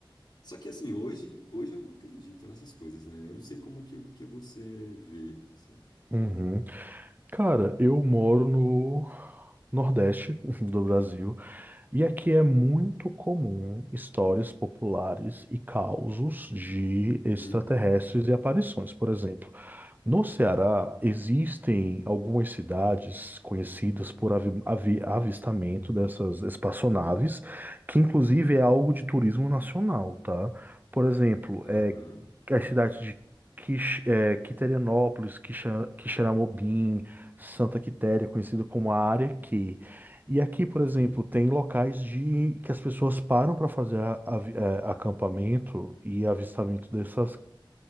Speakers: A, on the left; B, on the right.
A: só que assim, hoje, hoje eu não acredito nessas coisas, né? Eu não sei como que, que você vê. Assim.
B: uhum. Cara, eu moro no Nordeste <laughs> do Brasil e aqui é muito comum histórias populares e causos de extraterrestres
A: Uhum,
B: e aparições, por exemplo. No Ceará, existem algumas cidades conhecidas por avi- avi- avistamento dessas espaçonaves, que inclusive é algo de turismo nacional, tá? Por exemplo,
A: aham,
B: é, as cidades de Quix- é, Quiterianópolis, Quixa- Quixeramobim, Santa Quitéria, conhecida como a Área Q. E aqui, por exemplo,
A: sim,
B: tem locais de que as pessoas param para fazer a- avi- é, acampamento e avistamento dessas